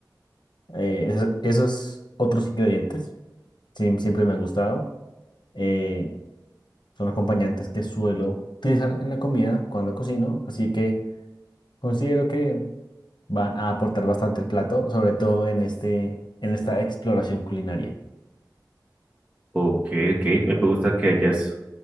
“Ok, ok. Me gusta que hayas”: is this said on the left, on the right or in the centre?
Right